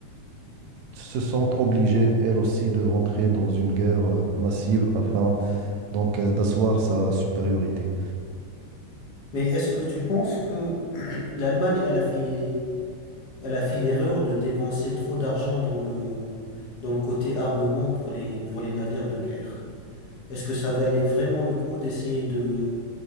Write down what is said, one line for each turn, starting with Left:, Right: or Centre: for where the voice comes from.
Right: se sentent obligées, elles aussi, de rentrer dans une guerre euh, massive afin donc euh, d'asseoir sa supériorité.
Left: Mais est-ce que tu penses que <clears throat> l'Allemagne, elle a fait, elle a fait l'erreur de dépenser trop d'argent dans le, dans le côté armement pour les, pour les navires de guerre? Est-ce que ça valait vraiment le coup d'essayer de,